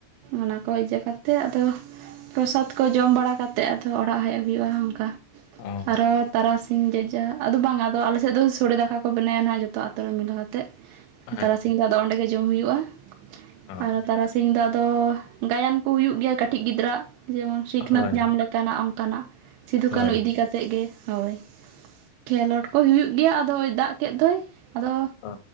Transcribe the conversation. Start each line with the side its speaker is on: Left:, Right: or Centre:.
Right: ᱚᱱᱟᱠᱚ ᱤᱭᱟᱹ ᱠᱟᱛᱮᱜ ᱟᱫᱚ, ᱯᱨᱚᱥᱟᱫ ᱠᱚ ᱡᱚᱢ ᱵᱟᱲᱟ ᱠᱟ ᱛᱮᱜ ᱟᱫᱚ ᱚᱲᱟᱜ ᱦᱮᱡ ᱦᱩᱭᱩᱜᱼᱟ, ᱚᱱᱠᱟ
Left: ᱚ
Right: ᱟᱨᱚ ᱛᱟᱨᱟᱥᱤ ᱥᱤᱧ ᱡᱚᱡᱟ ᱟᱫᱚ ᱵᱟᱝ ᱟᱫᱚ ᱟᱞᱮ ᱥᱮᱫ ᱫᱚ ᱥᱚᱲᱮ ᱫᱟᱠᱟ ᱠᱚ ᱵᱮᱱᱟᱭᱟ ᱱᱟᱦᱟᱜ ᱡᱚᱛᱚ ᱟᱛᱳ ᱨᱮ ᱢᱤᱞᱟᱹᱦᱟᱛᱮᱫ ᱾
Left: ᱟᱪᱪᱷᱟ
Right: ᱛᱟᱨᱟᱥᱤᱧ ᱫᱚ ᱟᱫᱚ ᱚᱸᱰᱮ ᱜᱮ ᱡᱚᱢ ᱦᱩᱭᱩᱜᱼᱟ
Left: ᱚ
Right: ᱟᱨᱚ ᱛᱟᱨᱟ ᱛᱮᱦᱮᱧ ᱫᱚ ᱟᱫᱚ ᱜᱟᱭᱟᱱ ᱠᱚ ᱦᱩᱭᱩᱜ ᱜᱮᱭᱟ ᱠᱟᱹᱴᱤᱡ ᱜᱤᱫᱽᱨᱟᱹ ᱡᱮᱢᱚᱱ ᱥᱤᱠᱷᱱᱟᱹᱛ
Left: ᱦᱳᱭ
Right: ᱧᱟᱢ ᱞᱮᱠ ᱠᱟᱱᱟᱜ ᱚᱱᱠᱟᱱᱟᱜ ᱥᱤᱫᱷᱩ
Left: ᱦᱳᱭ
Right: ᱠᱟᱹᱱᱦᱩ ᱤᱫᱤ ᱠᱟᱛᱮᱫ ᱜᱮ ᱦᱳᱭ, ᱠᱷᱮᱞᱳᱰ ᱠᱚ ᱦᱩᱭᱩᱜ ᱜᱮᱭᱟ, ᱟᱫ ᱟᱫᱚᱭ ᱫᱟᱜ ᱠᱮᱫ ᱫᱚᱭ ᱟᱫᱚ
Left: ᱚ